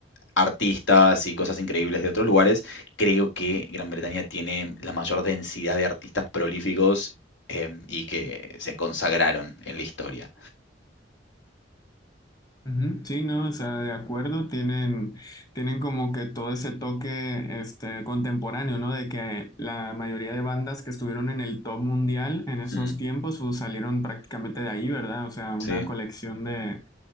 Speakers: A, on the left (about 80°); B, on the left (about 20°).
A: artistas y cosas increíbles de otros lugares, creo que Gran Bretaña tiene la mayor densidad de artistas prolíficos em, y que se consagraron en la historia.
B: Ujú, Sí, no, o sea, de acuerdo, tienen, tienen como que todo ese toque este, contemporáneo, ¿no? De que la mayoría de bandas que estuvieron en el top mundial en esos
A: Mm,
B: tiempos, pues, salieron prácticamente de ahí, ¿verdad? O sea, una
A: sí.
B: colección de,